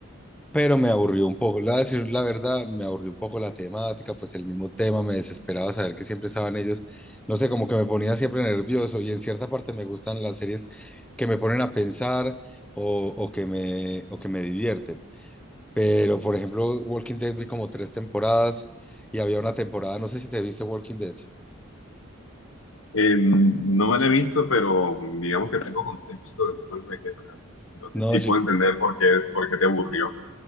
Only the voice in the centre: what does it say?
pero me aburrió un poco. La, voy a decir la verdad, me aburrió un poco la temática, pues el mismo tema, me desesperaba saber que siempre estaban ellos, no sé, como que me ponía siempre nervioso y en cierta parte me gustan las series que me ponen a pensar o, o que me, o que me divierten. Pero, por ejemplo, Walking Dead vi como tres temporadas y había una temporada, no sé si te viste Walking Dead.
No,
yo,